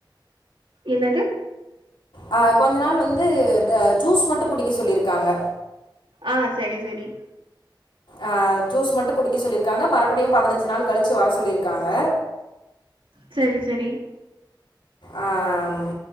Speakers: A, on the right (about 85°); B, on the left (about 85°).
A: என்னது
B: ஆ கொஞ்ச நாள் வந்து ஜூஸ் மட்டு குடிக்க சொல்லிருக்காங்க
A: ஆ சரி சரி
B: அ ஜூஸ் மட்டு குடிக்க சொல்லிருக்காங்க மறுபடியு பதுனஞ்சு நாள் கழிச்சு வர சொல்லிருக்காங்க
A: சேரி செரி
B: ஆ ம்